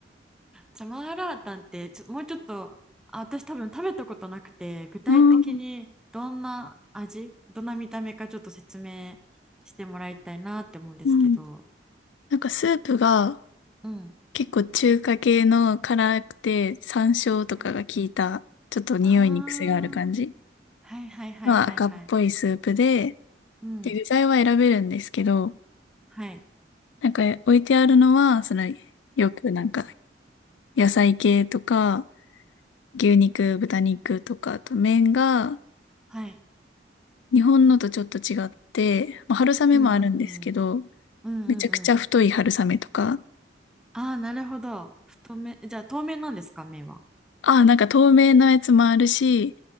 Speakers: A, in the centre; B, on the left.
A: じゃあマーラータンってちょもうちょっとあ私多分食べたことなくて具体的にどんな味どんな見た目かちょっと説明してもらいたいなって思うんですけど
B: うん。うん。なんかスープが
A: うん
B: 結構中華系の辛くて山椒とかが効いた、
A: あ
B: ちょっと匂いに癖がある感じ
A: あーはいはいはいはいはい
B: の赤っぽいスープで、
A: うん
B: で、具材は選べるんですけど、
A: はい
B: なんか置いてあるのは、その、よくなんか野菜系とか、牛肉、豚肉とか、あと麺が
A: はい
B: 日本のとちょっと違って、まあ、春雨もあるんですけど、
A: うんうんうんうんうんうん
B: めちゃくちゃ太い春雨とか、
A: ああなるほど太めじゃあ透明なんですか麺は
B: ああ、なんか透明なやつもあるし、